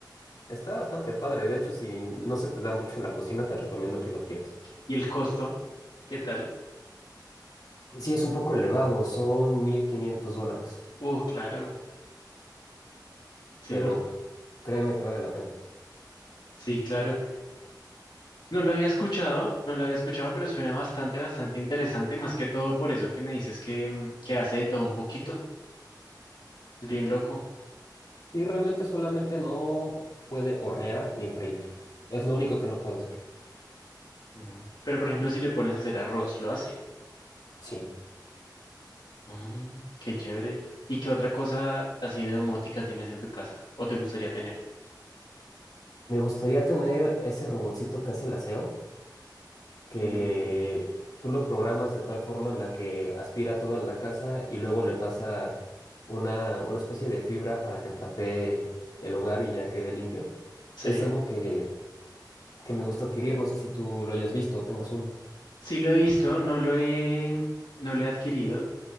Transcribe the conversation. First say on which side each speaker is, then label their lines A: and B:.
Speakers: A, on the left (about 60°); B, on the left (about 80°).
A: Está bastante padre. De hecho, si no se te da mucho la cocina, te recomiendo que lo adquieras.
B: ¿Y el costo? ¿Qué tal?
A: Sí, es un poco elevado, son 1.500 dólares,
B: Uh, claro. Sí,
A: pero
B: por-
A: c- créeme que vale la pena.
B: sí, claro. No lo había escuchado, no lo había escuchado, pero suena bastante, bastante interesante, más que todo por eso que me dices que, mm, que hace de todo un poquito. Es bien loco.
A: Y realmente solamente no puede hornear ni freír. Es lo único que no puede hacer.
B: Mm. Pero por ejemplo, si le pones a hacer arroz, lo hace.
A: Sí.
B: Mm, qué chévere. ¿Y qué otra cosa así de domótica tienes en tu casa o te gustaría tener?
A: Me gustaría tener ese robotcito que hace el aseo, que
B: Mm,
A: tú lo programas de tal forma en la que aspira toda la casa y luego le pasa una, una especie de fibra para que trapee el hogar y ya quede limpio.
B: sí,
A: Es algo que, que me gusta adquirir, no sé si tú lo hayas visto o tengas uno.
B: sí lo he visto, no lo he, no lo he adquirido,